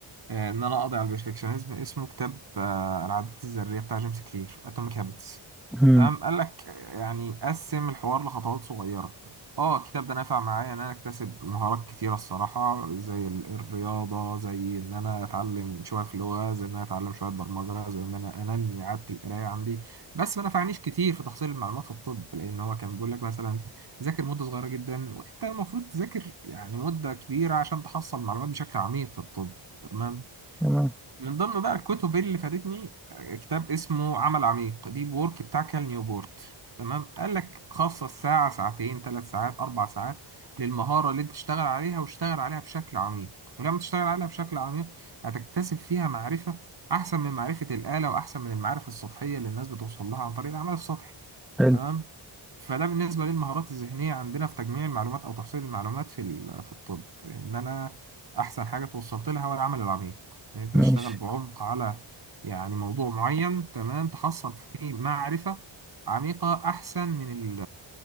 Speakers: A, on the right; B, in the centre.
A: آه، ان انا اقضي على البرفكشنزم اسمه كتاب آه، العادات الذريه بتاع جيمس كلير اتوميك هابتس
B: مم.
A: تمام قال لك آه، يعني قسم الحوار لخطوات صغيره اه الكتاب ده نفع معايا ان انا اكتسب مهارات كتيره الصراحه زي ال- الرياضه زي ان انا اتعلم شويه في لغه زي ان انا اتعلم شويه برمجه زي ان انا انمي عاده القرايه عندي بس ما نفعنيش كتير في تحصيل المعلومات في الطب لان هو كان بيقول لك مثلا ذاكر مده صغيره جدا وانت المفروض تذاكر يعني مده كبيره عشان تحصل معلومات بشكل عميق في الطب تمام
B: تمام
A: من ضمن بقى الكتب اللي فادتني كتاب اسمه عمل عميق ديب وورك بتاع كال نيوبورت تمام قال لك خصص ساعة ساعتين ثلاث ساعات أربع ساعات للمهارة اللي أنت تشتغل عليها واشتغل عليها بشكل عميق ولما تشتغل عليها بشكل عميق هتكتسب فيها معرفة أحسن من معرفة الآلة وأحسن من المعارف السطحية اللي الناس بتوصل لها عن طريق العمل السطحي
B: حلو
A: تمام فده بالنسبة للمهارات الذهنية عندنا في تجميع المعلومات أو تحصيل المعلومات في ال- في الطب إن أنا أحسن حاجة توصلت لها هو العمل العميق إن أنت
B: ماشي
A: تشتغل بعمق على يعني موضوع معين تمام تحصل فيه معرفة عميقة أحسن من ال